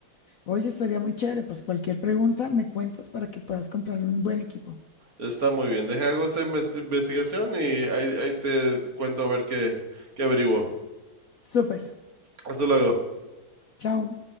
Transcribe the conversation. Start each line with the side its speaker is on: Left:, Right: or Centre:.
Left: Oye, estaría muy chévere, pues cualquier pregunta me cuentas para que puedas comprar un buen equipo.
Right: Está muy bien. Deja hago esta inves- investigación y ahí, ahí te cuento a ver qué, qué averiguo.
Left: Súper,
Right: Hasta luego.
Left: chao.